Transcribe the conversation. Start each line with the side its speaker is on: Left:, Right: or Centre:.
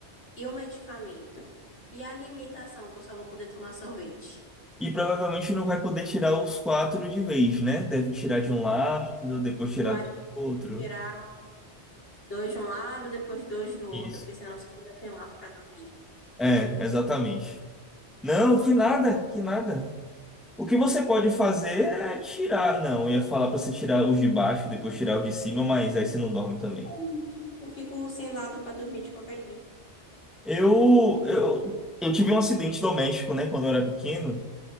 Left: E o medicamento. E a alimentação, que eu só vou poder tomar sorvete.
Centre: E provavelmente não vai poder tirar os quatro de vez, né? Deve tirar de um lado, depois tirar
Left: Eu acho
Centre: do
Left: que
Centre: outro.
Left: tirar dois de um lado, depois dois do outro,
Centre: Isso.
Left: porque senão você fica sem lado pra dormir.
Centre: É, exatamente. Não, que nada, que nada. O que você pode fazer é tirar. Não, eu ia falar pra você tirar os de baixo, depois tirar os de cima, mas aí você não dorme também.
Left: Eu não durmo, eu fico sem lado pra dormir de qualquer jeito.
Centre: Eu, eu, eu tive um acidente doméstico, né, quando eu era pequeno.